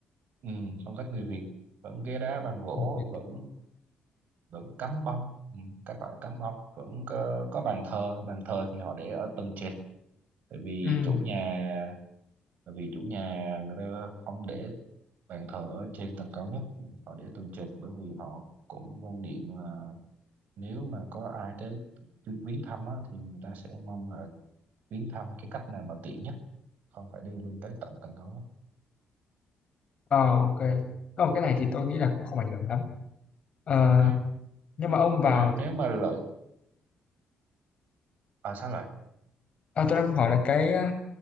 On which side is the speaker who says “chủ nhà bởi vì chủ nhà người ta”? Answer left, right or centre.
Right